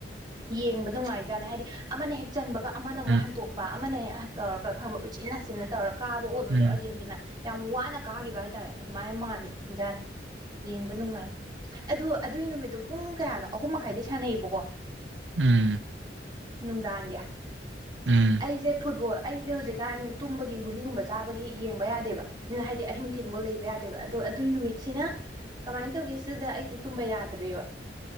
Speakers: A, on the right (about 25°); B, on the right (about 85°).
A: ꯌꯦꯡꯕ ꯅꯨꯡꯉꯥꯏꯖꯥꯅꯤ ꯍꯥꯏꯗꯤ ꯑꯃꯅ ꯍꯦꯛ ꯆꯟꯕꯒ ꯑꯃꯅ ꯑꯃꯨꯛ
B: ꯎꯝ
A: ꯍꯟꯇꯣꯛꯄ ꯑꯃꯅ ꯍꯦꯛ ꯇꯧꯔꯒ ꯈ ꯎꯆꯤꯟꯅ ꯅꯥꯆꯤꯟꯅ ꯇꯧꯔ ꯀꯥꯕ ꯑꯣꯏꯕꯗꯣ
B: ꯎꯝ
A: ꯑꯔꯖꯦꯟꯇꯤꯅꯥ ꯌꯥꯝ ꯋꯥꯅ ꯀꯥꯈꯤꯕ ꯍꯥꯏꯇꯥꯔꯦ ꯑꯗꯨꯃꯥꯏꯅ ꯃꯟꯖꯥꯠꯅꯤ ꯌꯦꯡꯕ ꯅꯨꯡꯉꯥꯏ ꯑꯗꯣ ꯑꯗꯨꯒꯤ ꯅꯨꯃꯤꯠꯇꯣ ꯄꯨꯡ ꯀꯌꯥꯅꯣ ꯑꯍꯨꯝ ꯃꯈꯥꯏꯗꯩ ꯁꯥꯟꯅꯩꯌꯦꯕꯀꯣ
B: ꯎꯝ
A: ꯅꯨꯡꯗꯥꯡꯒꯤ
B: ꯎꯝ
A: ꯑꯩꯁꯦ ꯐꯨꯠꯕꯣꯜ ꯑꯩꯁꯦ ꯍꯧꯖꯤꯛ ꯀꯥꯟ ꯇꯨꯝꯕꯒꯤ ꯒꯨꯂꯤꯒꯨꯝꯕ ꯆꯥꯕꯒꯤ ꯌꯦꯡꯕ ꯌꯥꯗꯦꯕ ꯍꯥꯏꯗꯤ ꯑꯍꯤꯡ ꯊꯦꯡꯕꯧ ꯂꯩꯕ ꯌꯥꯗꯦꯕ ꯑꯗꯣ ꯑꯗꯨꯏ ꯅꯨꯃꯤꯠꯁꯤꯅ ꯀꯃꯥꯏꯅ ꯇꯧꯒꯦ ꯁꯤꯗ ꯑꯩꯁꯦ ꯇꯨꯝꯕ ꯌꯥꯗ꯭ꯔꯦꯕ